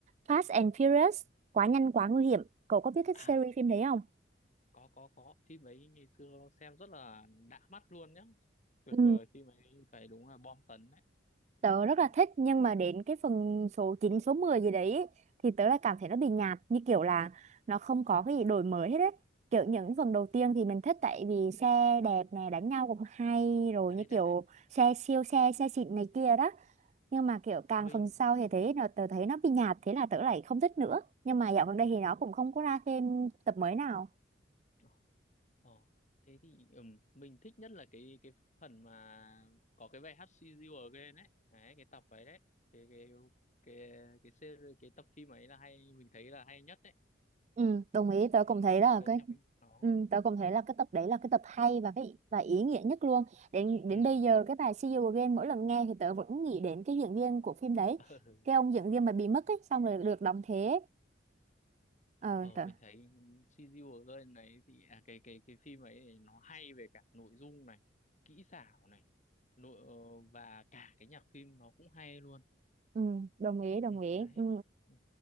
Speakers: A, on the right (about 40°); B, on the left (about 40°).
A: Fast and Furious, quá nhanh quá nguy hiểm. Cậu có biết cái
B: À,
A: series phim đấy không?
B: có có có phim ấy ngày xưa xem rất là đã mắt luôn nhá tuyệt
A: Ừ,
B: vời phim ấy phải đúng là bom tấn đấy
A: tớ rất
B: Ừ,
A: là thích nhưng mà đến cái phần số 9 số 10 gì đấy thì tớ lại cảm thấy nó bị nhạt như kiểu là nó không có cái gì đổi mới hết á. Kiểu những phần đầu tiên thì mình thích tại vì xe đẹp này đánh nhau cũng hay rồi
B: đấy
A: như
B: đấy
A: kiểu
B: đấy
A: xe siêu xe, xe xịn này kia đó. nhưng mà kiểu càng
B: mình
A: phần sau thì
B: ừ,
A: thấy nó tớ thấy nó bị nhạt thế là tớ lại không thích nữa nhưng mà dạo gần
B: ừ.
A: đây thì nó cũng không có ra thêm tập mới nào
B: ờ, ờ. thế thì ừ, mình thích nhất là cái cái phần mà có cái bài hát See You Again đấy đấy cái tập ấy đấy cái cái cái cái series cái tập phim ấy là hay mình thấy là hay nhất đấy
A: ừ đồng ý tớ
B: ừ,
A: cũng thấy
B: có
A: là
B: cái
A: cái
B: nhạc phim đó
A: ừ, tớ cũng
B: ừ.
A: thấy là cái tập đấy là cái tập hay và cái và ý nghĩa nhất luôn đến
B: Ừ.
A: đến bây giờ cái bài See You Again mỗi lần nghe thì tớ vẫn nghĩ đến cái diễn viên của phim đấy
B: <laughs>
A: cái ông diễn viên mà bị mất ấy xong rồi được đóng thế ấy. ờ
B: ờ
A: tớ
B: mình thấy CGI Girl này thì à, cái cái cái phim ấy thì nó hay về cả nội dung này kỹ xảo này nội ờ, và cả cái nhạc phim nó cũng hay luôn
A: ừ, đồng ý đồng
B: ừ,
A: ý
B: đấy
A: ừ.
B: ừ.